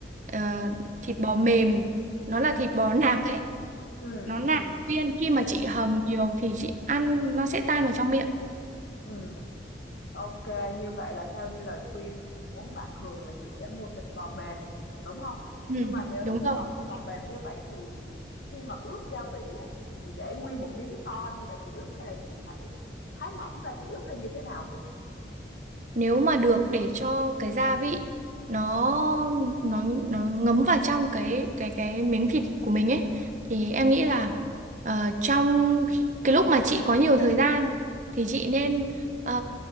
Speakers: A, on the right; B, on the left.
A: ờ, thịt bò mềm, nó là thịt bò nạc ấy,
B: ừ
A: nó nạc
B: ừ
A: viên khi mà
B: ừ
A: chị hầm nhiều thì chị ăn nó sẽ tan vào trong miệng.
B: ừm. Ô như vậy là theo như lời khuyên của bạn Hường là chị sẽ mua thịt bò mềm, đúng không?
A: Ừ,
B: Nhưng mà nếu
A: đúng
B: như
A: rồi.
B: mà mua bò mềm như vậy thì khi mà ướp gia vị á, thì chị để nguyên một miếng to như vậy chị ướp hay là chị phải thái mỏng ra chị ướp hay như thế nào Hường?
A: nếu mà được để cho cái gia vị nó nó nó ngấm vào trong cái cái cái miếng thịt của mình ấy thì em nghĩ là ờ, trong khi- cái lúc mà chị có nhiều thời gian thì chị nên ờ,